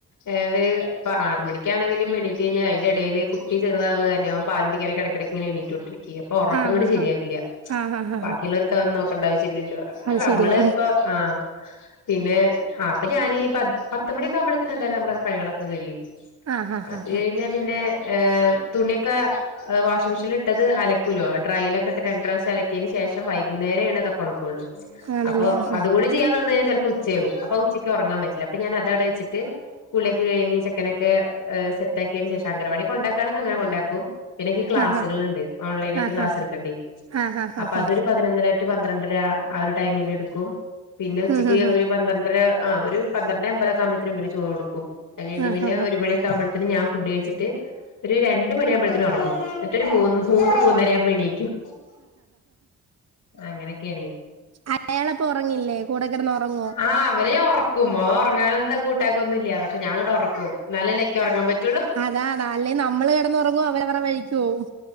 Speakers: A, on the left; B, on the right.
A: ഏ് ഒരു ഇപ്പ ആറ് മണിക്കാണങ്കിലും എണീറ്റ് കഴിഞ്ഞാൽ അതി്ന്റെ ഇടയില് കുട്ടിചെറുതാവ്കാരണം അവ പാലുകുടിക്കാനക്കെഇടക്ക് ങ്ങനെ എണീറ്റ്കൊണ്ടിരിക്ക അപ്പൊ ഉറക്കം
B: ആഹ്
A: കൂടി
B: ആഹ്
A: ശരിയാവില്ല
B: ആഹ് ആഹ് ആഹ്
A: ബാക്കിയുള്ളവർക്ക് അത് നോക്കണ്ട ആവ ഇല്ല ഇല്ല
B: അത്
A: നമ്മള്
B: ശരിയാ
A: ഇപ്പ ആ പിന്നെ ഞാൻ ഈ പത്തുമണിക്ക് ആകുബോഴത്തെ എന്തായാലും നമ്മടെ പണികളൊക്കെ കഴിയും
B: ആഹ് ആഹ്
A: അ
B: ആഹ് ആഹ്
A: പിന്നെ ഏ തുണിയൊക്കെ വാഷിംഗമെഷീനിൽ ഇട്ടത് അലക്കുവോലോ ഡ്രൈലൊക്കെ ഇട്ട് രണ്ട് പ്രാവശ്യ അലക്കിയന് ശേഷം വൈകുന്നേരേണ് ഇക്കെ ഉണക്കുള്ളൂ
B: ആണല്ലേ
A: അപ്പോ
B: ആഹ്
A: അത് കൂടി ചെയ്യാ ചെലപ്പോ ഉച്ചയാവും അപ്പൊ ഉച്ചക്ക് ഉറാങ്ങാൻ പറ്റില്ല അപ്പം ഞാൻ അതവിടെ വെച്ചിട്ട് കുളിയൊക്ക കഴിഞ്ഞ് ചെക്കനൊക്കെ സെറ്റാക്കിയതിന് ശേഷം അംഗൻവാടി കൊണ്ടാക്കി യതിനു ശേഷം അങ്ങനെ കൊണ്ടാകും പിന്നെക്ക് ക്ലാസ്സുകളുണ്ട്
B: ആഹാ
A: ഓൺലൈൻ ആയിട്ട്
B: ആഹാ
A: ക്ലാസ് എടുക്കേണ്ട്
B: ആഹാ
A: അപ്പൊ
B: ആഹാ
A: അതൊരു പതിനൊന്നരാ പന്ത്രണ്ടര ആ ഒരു ടൈമിൽ എടുക്കും പിന്നെ ഉച്ചക്ക്
B: ഉം ഉം ഉം
A: ഒരു പന്ത്രണ്ടര ആഹ് ഒരു പന്ത്രണ്ട് അമ്പതെക്ക്‌ ആവുമ്പഴ്ത്തേക്ക്‌ ഇവന് ചോർ കൊടുക്കും അത് കഴിഞ്ഞാ
B: ആഹാ
A: പിന്നെ
B: ഹാ
A: ഒരു മണി ക്കവുമ്പത്തെന്ന് ഞാൻ ഫുഡ് കഴിച്ചിട്ട് ഒരു രണ്ട് മണിയാവുമ്പോഴ്ത്തേന്ന് ഉറങ്ങും എന്നിട്ടോരു മൂന്ന് മൂന്ന് മൂന്നര ആവുമ്പോത്തിന്ന് എണീക്കും അങ്ങനെയൊക്കെയാണേ
B: അയാളപ്പൊ ഉറങ്ങില്ലേ കൂടെ കിടന്ന് ഉറങ്ങോ
A: ആ അവനെ ഒറക്കും അവൻ ഉറങ്ങാനൻ എന്താ കൂട്ടാക്കൊന്നുല്ല പക്ഷെ ഞാൻ അങ്ങോട്ട് ഒറക്കും എനിക്ക്ക് ഉറങ്ങാൻ പറ്റുള്ളൂ
B: അതാ അതാ അല്ലേ നമ്മള് കിടന്നുറങ്ങും അവരവരുടെ വഴിക്ക് പോവും